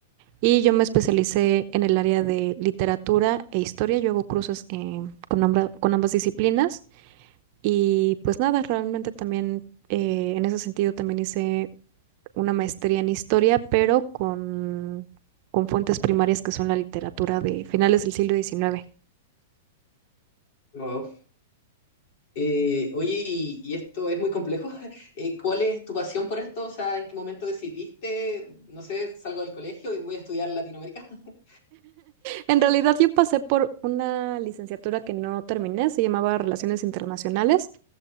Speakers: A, on the right (about 50°); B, on the left (about 60°).
A: Y yo me especialicé en el área de literatura e historia. Yo hago cruces eh, con ambra- con ambas disciplinas. Y pues nada, realmente también eh, en ese sentido también hice una maestría en historia, pero con, con fuentes primarias que son la literatura de finales del siglo XIX.
B: Wow. Eh, oye, y, y esto es muy complejo. <laughs> Eh, ¿cuál es tu pasión por esto? O sea, ¿en qué momento decidiste, no sé, salgo del colegio y voy a estudiar Latinoamérica? <laughs>
A: En realidad yo pasé por una licenciatura que no terminé, se llamaba Relaciones Internacionales